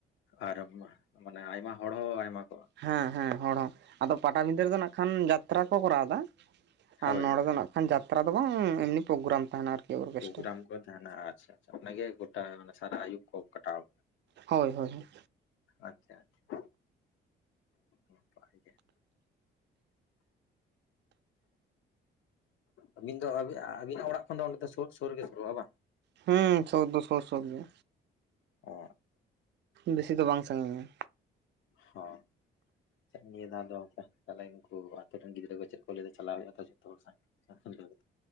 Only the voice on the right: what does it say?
ᱦᱮᱸ ᱦᱮᱸ ᱦᱚᱲ ᱦᱚᱸ ᱟᱫᱚ ᱯᱟᱴᱟᱵᱤᱫᱟᱹ ᱨᱮᱫᱚ ᱱᱟᱜ ᱠᱷᱟᱱ ᱡᱟᱛᱨᱟ ᱠᱚ ᱠᱚᱨᱟᱣ ᱫᱟ
ᱟᱨ ᱱᱚᱰᱮ
ᱫᱚ ᱱᱟᱜ ᱟᱱ ᱡᱟᱛᱨᱟ ᱫᱚ ᱵᱟᱝ ᱮᱢᱱᱤ ᱯᱨᱳᱜᱨᱟᱢ ᱛᱟᱦᱮᱱᱟ ᱟᱨᱠᱤ, ᱚᱨᱠᱮᱥᱴᱟᱨ
ᱦᱳᱭ ᱦᱳᱭ ᱦᱳᱭ
ᱦᱩᱸ ᱥᱳᱨ ᱫᱚ ᱥᱳᱨ ᱜᱮᱭᱟ᱾
ᱵᱤᱥᱤ ᱫᱚ ᱵᱟᱝ ᱥᱟᱺᱟᱜᱤᱧᱟ